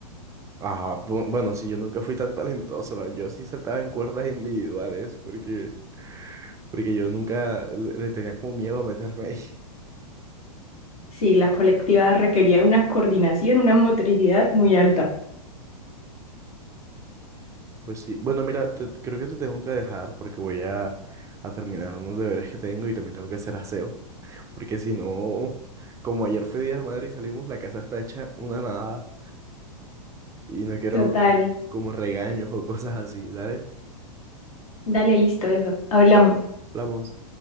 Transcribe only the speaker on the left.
Sí, la colectiva requería una coordinación, una motricidad muy alta.
Total,
Dale, listo, eso. Hablamos.